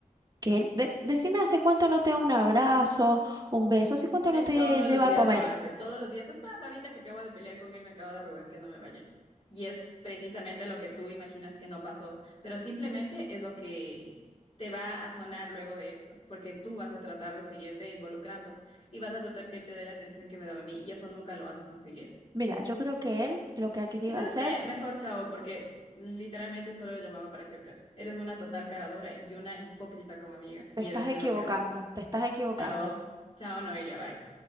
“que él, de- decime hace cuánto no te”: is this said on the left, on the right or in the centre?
Right